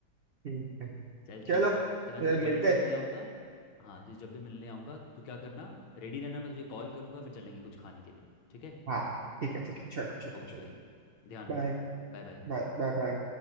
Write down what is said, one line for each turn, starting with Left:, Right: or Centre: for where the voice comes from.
Right: ठीक है
Left: चल ठीक
Right: चलो
Left: है तो मैं
Right: फिर
Left: तुझे
Right: मिलते
Left: जब भी
Right: हैं
Left: मिलने आऊँगा हाँ तुझे जब भी मिलने आऊँगा तू क्या करना रेडी रहना मैं तुझे कॉल करूँगा फिर चलेंगे कुछ खाने के लिए ठीक है
Right: हाँ ठीक है ठीक है चलो चलो
Left: ओके
Right: चलो
Left: भाई ध्यान
Right: Bye
Left: रख भाई Bye bye
Right: bye bye bye